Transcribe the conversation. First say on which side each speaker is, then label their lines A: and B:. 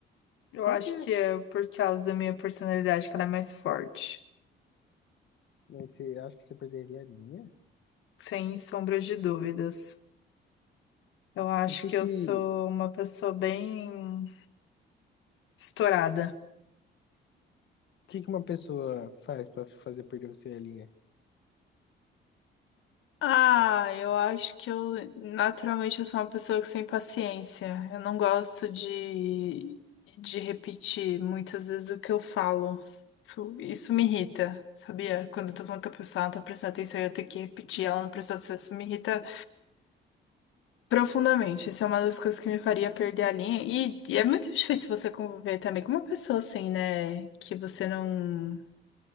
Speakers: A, on the left; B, on the left.
A: Eu
B: Por
A: acho
B: quê?
A: que é por causa da minha personalidade que ela é mais forte.
B: você acha que você perderia a linha?
A: Sem sombra de dúvidas. Eu acho
B: O que
A: que
B: que,
A: eu sou uma pessoa bem estourada.
B: o que, que uma pessoa faz pra fazer perder você a linha?
A: Ah, eu acho que eu naturalmente eu sou uma pessoa que sem paciência. Eu não gosto de, de repetir muitas vezes o que eu falo. Isso, isso me irrita, sabia? Quando eu tô falando com a pessoa, ela não tá prestando atenção e eu tenho que repetir, ela não prestou atenção, isso me irrita profundamente. Isso é uma das coisas que me faria perder a linha. E, e é muito difícil você conviver também com uma pessoa assim, né? Que você não,